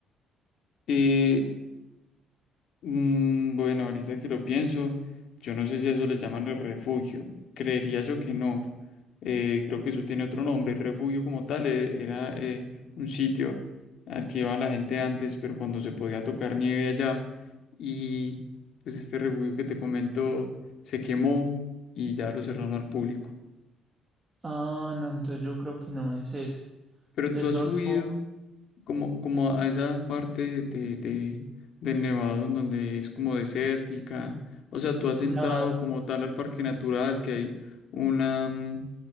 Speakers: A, on the left; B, on the right.
A: Eh, Mm, bueno, ahorita que lo pienso, yo no sé si a eso le llaman el refugio. Creería yo que no. Eh, creo que eso tiene otro nombre. El refugio como tal eh, era eh, un sitio al que iba la gente antes, pero cuando se podía tocar nieve allá. Y pues este refugio que te comento se quemó y ya lo cerraron al público.
B: Ah, no, entonces yo creo que no es ese.
A: Pero
B: Es
A: tú has
B: otro,
A: subido como, como a esa parte de, de- del Nevado en donde es como desértica. O sea, tú has entrado
B: nada,
A: como tal al parque natural, que hay una, mm,